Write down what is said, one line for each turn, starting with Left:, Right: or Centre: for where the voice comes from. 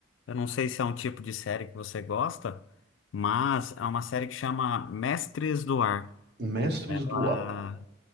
Left: Eu não sei se é um tipo de série que você gosta, mas é uma série que chama Mestres do Ar.
Right: Mestres
Left: Ela
Right: do Ar.